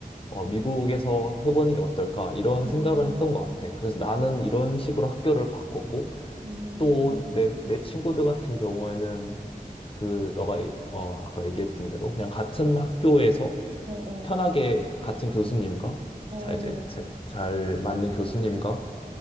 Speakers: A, on the left; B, on the right.
A: 어, 미국에서 해보는 게 어떨까 이런
B: 음,
A: 생각을 했던 것 같아. 그래서 나는
B: 음,
A: 이런 식으로 학교를 바꿨고
B: 음,
A: 또 내 내 친구들 같은 경우에는 그 너가 어 아까 얘기했던 대로 그냥 같은 학교에서
B: 어,
A: 편하게
B: 어,
A: 같은 교수님과
B: 어,
A: 잘 이제 자- 잘 맞는 교수님과